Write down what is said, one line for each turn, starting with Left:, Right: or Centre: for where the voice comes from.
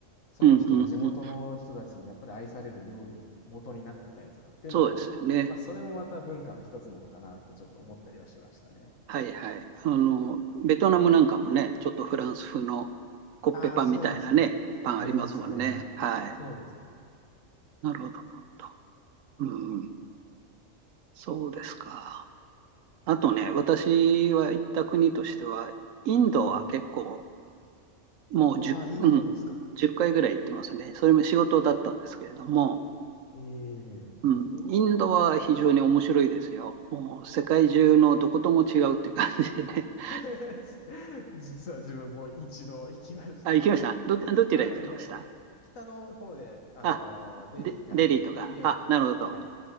Left: その人の地元の人たちにやっぱり愛される料理の元になってたりとかっていうのも、
Right: うんうんうん。そうですよね。
Left: まあ、それもまた文化の一つなのかなってちょっと思ったりはしましたね。
Right: はいはい。あの、ベトナムなんかもね、ちょっとフランス風のコッペパンみたいなね、
Left: ああ、そうですね。
Right: パンありますもんね。
Left: ありますね。
Right: はい。
Left: そうですね。
Right: なるほど、なるほど。うんうん。そうですか。あとね、
Left: うん。
Right: 私は行った国としては、インドは結構
Left: はいはいはい。
Right: もう10、
Left: ああ、インドですか。
Right: うん、1回ぐらい行ってますね。それも仕事だったんですけれども、
Left: ええ
Right: うん、インドは非常に面白いですよ。もう世界中のどことも違うっていう感じでね。
Left: <laughs>
Right: <laughs>
Left: 実は自分も一度行きました。
Right: あ、行きましたど、どちら行かれました
Left: <laughs> はい、いや、北の方で、あのーデリーから入って、
Right: あ、で、デリーとか、あ、なるほど。
Left: はい、